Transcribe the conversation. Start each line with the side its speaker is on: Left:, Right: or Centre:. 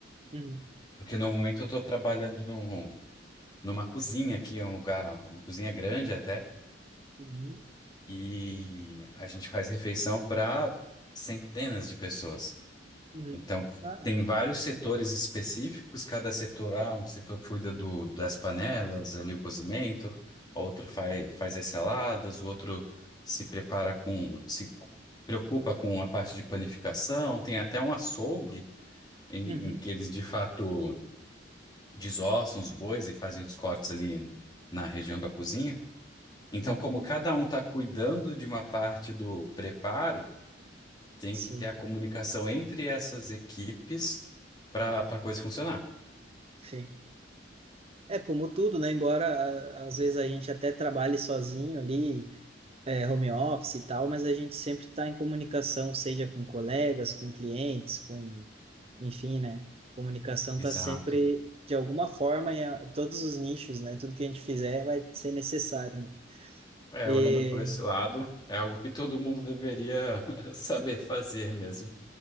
Right: uhum,
Left: porque no momento eu estou trabalhando num, numa cozinha aqui, é um lugar, uma cozinha grande até,
Right: uhum,
Left: e a gente faz refeição para centenas de pessoas.
Right: uhum.
Left: Então,
Right: Ah,
Left: tem vários setores específicos, cada setor, ah, um setor cuida do, das panelas, ali o cozimento, outro faz, faz as saladas, o outro se prepara com, se preocupa com a parte de panificação, tem até um açougue em,
Right: uhum,
Left: em que eles de fato desossam os bois e fazem os cortes ali na região da cozinha. Então,
Right: uhum.
Left: como cada um está cuidando de uma parte do preparo, tem
Right: Sim,
Left: que ter a comunicação entre essas equipes para para a coisa funcionar.
Right: sim. É como tudo, né? Embora a- às vezes a gente até trabalhe sozinho ali, é, home office e tal, mas a gente sempre está em comunicação, seja com colegas, com clientes, com enfim, né? Comunicação
Left: Exato.
Right: tá sempre, de alguma forma, em a- todos os nichos, né? Tudo que a gente fizer vai ser necessário, né?
Left: É,
Right: E
Left: olhando por esse lado, é algo que todo mundo deveria <laughs> saber fazer mesmo.